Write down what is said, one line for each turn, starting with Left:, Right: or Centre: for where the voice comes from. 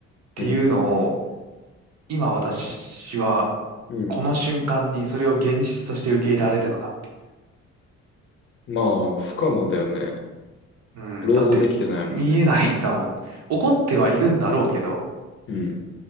Right: ていうのを、
Left: うん。
Right: 今私は、
Left: うん
Right: この瞬間にそれを現実として受け入れられるのかっていう。
Left: まあ、不可能だよね。
Right: うん、
Left: 労働できてないもんね。
Right: だって、見えないんだもん。起こってはいるんだろうけど、
Left: うん。